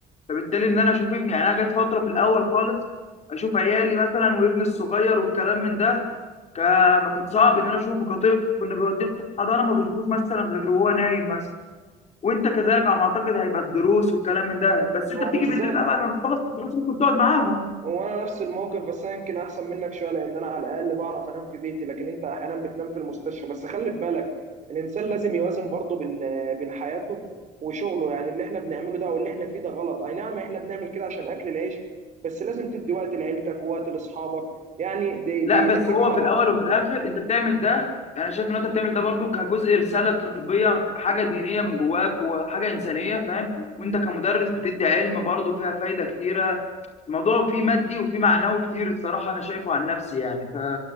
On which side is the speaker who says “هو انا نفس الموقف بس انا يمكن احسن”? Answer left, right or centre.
Right